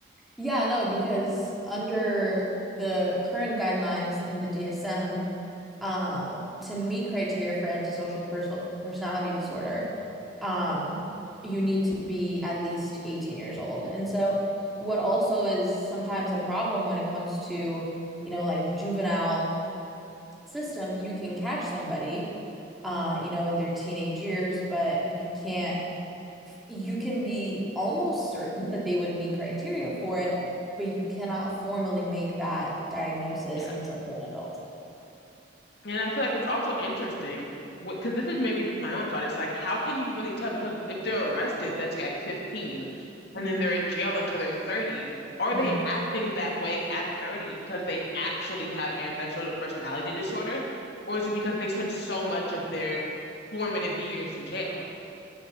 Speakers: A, in the centre; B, on the left (about 65°).
A: Yeah, no, because under the current guidelines in the DSM, uh, to meet criteria for antisocial perso personality disorder, um, you need to be at least 18 years old. And so, what also is sometimes a problem when it comes to, you know, like the juvenile system, you can catch somebody, uh, you know, in their teenage years, but you can't you can be almost certain that they would meet criteria for it, but you cannot formally make that diagnosis
B: Yeah.
A: until they're an adult.
B: And I feel like it's also interesting because this is maybe just my own thought. It's like, how can you really tell? Because if they're arrested, let's say at 15, and
A: Mhm,
B: then they're in jail until they're 30, are
A: mhm.
B: they acting that way at 30 because they actually have antisocial personality disorder? Or is it because they spent so much of their formative years in jail?